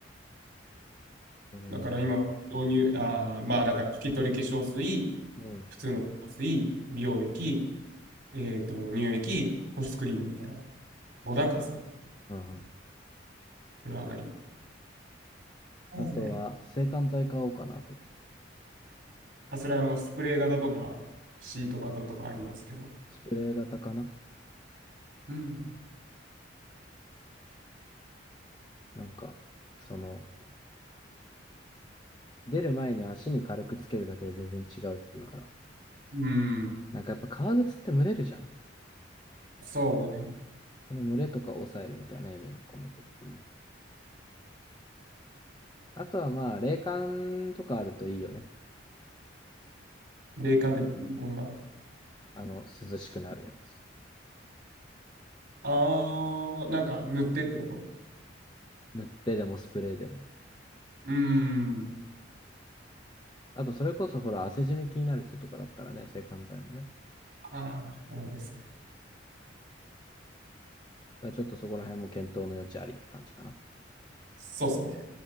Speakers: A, on the left; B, on the right.
A: うーん。
B: だから今、導入、あー、まあ、だから、拭き取り化粧水、
A: うん。
B: 普通の化粧水、美容液、えっと、乳液、保湿クリームみたいな。5段階ですね。
A: うんうん。
B: 風呂上がり。そうですね。
A: あとは、制汗剤買おうかなと。
B: あ、それあの、スプレー型とか、シート型とかありますけど。
A: スプレー型かな
B: うん。
A: なんか、その、出る前に足に軽くつけるだけで全然違うっていうから。
B: うん。
A: なんかやっぱ革靴って蒸れるじゃん。
B: そうね。
A: その蒸れとかを抑えるみたいな意味も込めてっていう。あとはまあ、冷感とかあるといいよね。
B: 冷感ってどんなの
A: あの、涼しくなるやつ。
B: あー、なんか塗ってってこと
A: 塗ってでもスプレーでも。
B: うーん。
A: あと、それこそほら、汗じみ気になる人とかだったらね、制汗剤もね。だ
B: あー、多いですね。
A: からちょっとそこら辺も検討の余地ありって感じかな。
B: そうですね。